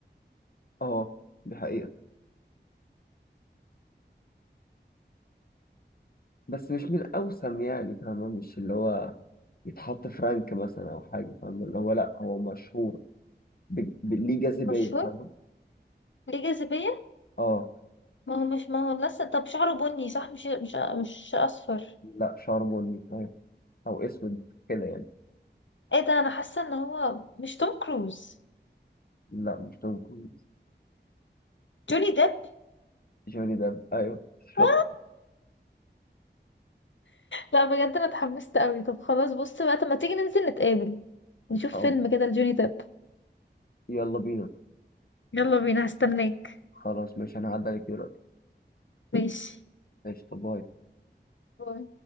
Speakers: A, on the left; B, on the left.
A: اه دي حقيقة بس مش من الأوسم يعني فاهمة مش اللي هو يتحط في رانك مثلا أو حاجة فاهمة اللي هو لا هو مشهور ب... ب... ليه جاذبية
B: مشهور
A: فاهمة
B: ليه جاذبية
A: اه
B: ما هو مش ما هو لسه طب شعره بني صح مش مش مش أصفر
A: لا شعر بني فاهم أو أسود كده يعني
B: ايه ده انا حاسة ان هو مش توم كروز
A: لا مش توم كروز
B: جوني ديب
A: جوني ديب أيوه شط
B: آه! لا بجد انا اتحمست قوي طب خلاص بص بقى طب ما تيجي ننزل نتقابل نشوف
A: طب
B: فيلم كده لجوني ديب
A: يلا بينا
B: يلا بينا هستناك
A: خلاص ماشي أنا هعدي عليك دلوقتي
B: ماشي
A: ماشي طب باي.
B: باي.